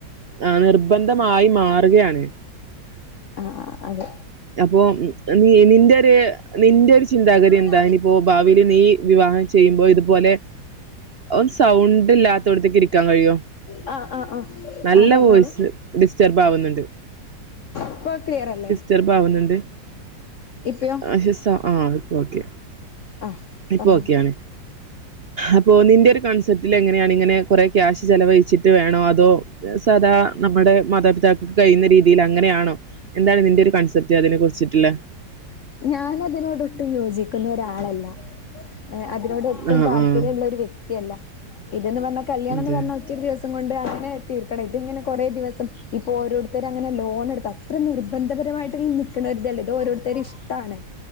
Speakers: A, on the right; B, on the left.
A: ആ നിർബന്ധമായും മാറ് കയാണ്.
B: ആഹ് ആ അതെ.
A: അപ്പൊ നീ നിന്റെ ഒര് നിന്റെ ഒര് ചിന്താഗതി
B: ആഹ്
A: എന്താ ഇനിയിപ്പോ ഭാവില് നീ വിവാഹം ചെയ്യ്മ്പോ ഇത്പോലെ ഒന്ന് സൗണ്ട് ഇല്ലാത്തോട്ത്ത്ക്ക് ഇരിക്കാൻ കഴിയോ?
B: ആഹ് ആഹ്
A: നല്ല
B: ആഹ് പറഞ്ഞോളൂ.
A: വോയിസ് ഡിസ്റ്റർബ് ആവ്ന്ന്ണ്ട്.
B: ഇപ്പോ ക്ലിയറല്ലേ?
A: ഡിസ്റ്റർബാവുന്ന്ണ്ട്.
B: ഇപ്പഴോ?
A: <unintelligible> ആ ഇപ്പ ഓക്കെ,
B: ആഹ്
A: ഇപ്പ
B: പറഞ്ഞോളൂ.
A: ഓക്കെയാണ്. അപ്പൊ നിന്റെ ഒര് കൺസെപ്പ്റ്റിൽ എങ്ങനെയാണ്, ഇങ്ങനെ കൊറെ ക്യാഷ് ചെലവഴിച്ചിട്ട് വേണോ അതോ സാധാ നമ്മടെ മാതാപിതാക്കക്ക് കയ്യ്ന്ന രീതിയില് അങ്ങനെയാണോ, എന്താണ് നിന്റെ ഒര് കൺസെപ് റ്റ് അതിനെ കുറിച്ചിട്ട്ള്ള.
B: ഞാന് അതിനോട് ഒട്ടും യോജിക്കുന്ന ഒരാളല്ലാ. ഏഹ് അതിനോട് ഒട്ടും
A: ആഹ്
B: താല്പര്യള്ള
A: ആഹ്
B: ഒര് വ്യക്തിയല്ല. ഇതന്ന് പറഞ്ഞ കല്യാണംന്ന്
A: അതെ
B: പറഞ്ഞ ഒറ്റ ഒരു ദിവസ കൊണ്ട് അങ്ങനെ തീർക്കണം. ഇത് ഇങ്ങനെ കൊറെ ദിവസം ഇപ്പൊ ഓരോര്ത്തര അങ്ങനെ ലോണ് ഇട്ത്ത ഇത്ര നിർബന്ധപരമായിട്ട് നിക്ക്ണോരുതല്ലേ ഇത് ഓരോര്ത്തര ഇഷ്ട്ടാണ്.